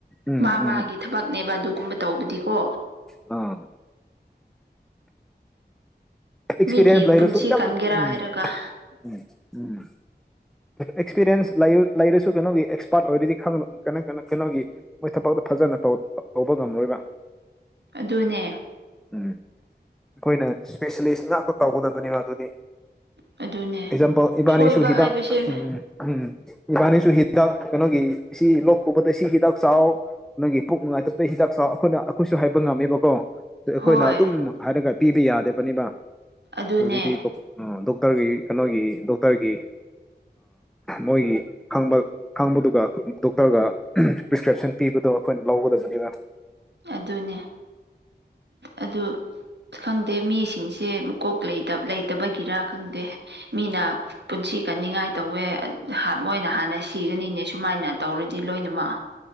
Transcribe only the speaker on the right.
ꯃꯥ
ꯃꯥꯒꯤ ꯊꯕꯛꯅꯦꯕ ꯑꯗꯨꯒꯨꯝꯕ ꯇꯧꯕꯗꯤꯀꯣ
ꯃꯤꯒꯤ ꯄꯨꯟꯁꯤ
ꯀꯟꯒꯦꯔꯥ ꯍꯥꯏꯔꯒ
ꯑꯗꯨꯅꯦ
ꯑꯗꯨꯅꯦ
ꯁꯣꯏꯕ
ꯍꯥꯏꯕꯁꯦ
ꯍꯣꯏ
ꯑꯗꯨꯅꯦ
ꯑꯗꯨꯅꯦ ꯑꯗꯨ ꯈꯪꯗꯦ ꯃꯤꯁꯤꯡꯁꯦ ꯃꯀꯣꯛ ꯂꯩ ꯂꯩꯇꯕꯒꯤꯔꯥ ꯈꯪꯗꯦ ꯃꯤꯅ ꯄꯨꯟꯁꯤ ꯀꯟꯅꯤꯡꯉꯥꯏ ꯇꯧꯋꯦ ꯃꯣꯏꯅ ꯍꯥꯟꯅ ꯁꯤꯒꯅꯤꯅꯦ ꯁꯨꯃꯥꯏꯅ ꯇꯧꯔꯗꯤ ꯂꯣꯏꯅꯃꯛ